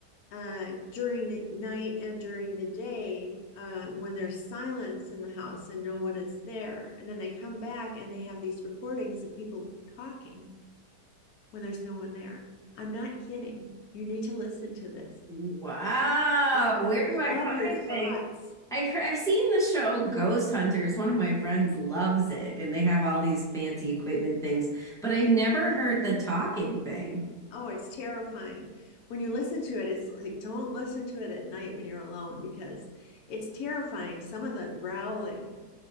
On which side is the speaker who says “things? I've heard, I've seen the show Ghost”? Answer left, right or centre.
Centre